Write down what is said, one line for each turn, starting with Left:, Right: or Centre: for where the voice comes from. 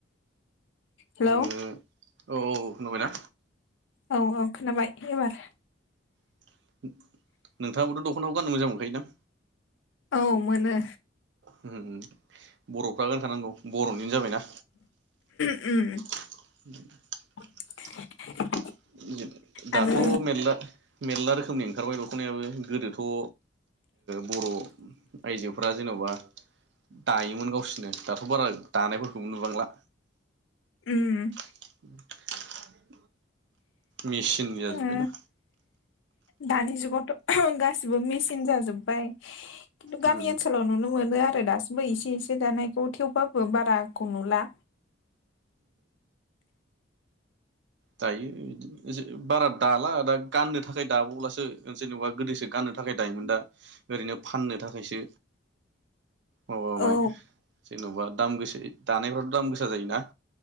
Left: हेल
Right: ओ औ औ नुबाय ना।
Left: औ औ खोनाबाय। एबार
Right: <unintelligible> नोंथाङाबोथ दखनाखौ गाननो मोजां मोनखायो दां।
Left: औ मोनो।
Right: होम बरफ्रा गानखा नांगौ बरन बिनो जाबायना।
Left: ओम
Right: <inaudible>
Left: <unintelligible>
Right: <unintelligible> दाथ
Left: आरो
Right: मेरला मेरला रोखोमनि ओंखारबाय दखनायाबो गोदोथ ओ बर आइजोफ्रा जेनबा दायोमोन गावसोरनो दाथ बारा दानायफोरखौबो नुबांला।
Left: उम
Right: <inaudible> मेसिन जाजोब्बाय
Left: ओ
Right: ना।
Left: दानि जुगावथ गासिबो मेचन जाजोब्बाय। खिन्थु गामि
Right: उम
Left: ओनसोलाव नुनो मोनो आरो दासि बै एसे एसे दानायखौ थेवबाबो बाराखौ नुला।
Right: दायो बिदिनो बारा दाला दा गाननो थाखाय दाबावब्लासो जेनेबा गोदोसो गाननो थाखाय दायोमोन दा ओरैनो फाननो थाखायसो माबाबाय
Left: औ
Right: जेनबा दाम गोसा दानायफ्राथ दाम गोसा जायो ना?